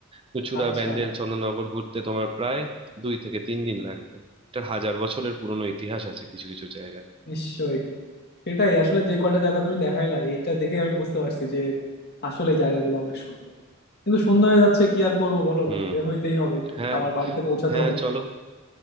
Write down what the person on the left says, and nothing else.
আচ্ছা
নিশ্চয়ই সেটাই আসলে যে কয়টা জায়গা তুমি দেখাইলা এটা দেখে আমি বুঝতে পারছি যে আসলে এই জায়গাগুলো অনেক সুন্দর কিন্তু সন্ধ্যা হয়ে যাচ্ছে কি আর করবো বলো
বের হইতেই হবে
আবার বাড়িতে পৌঁছাতে
হবে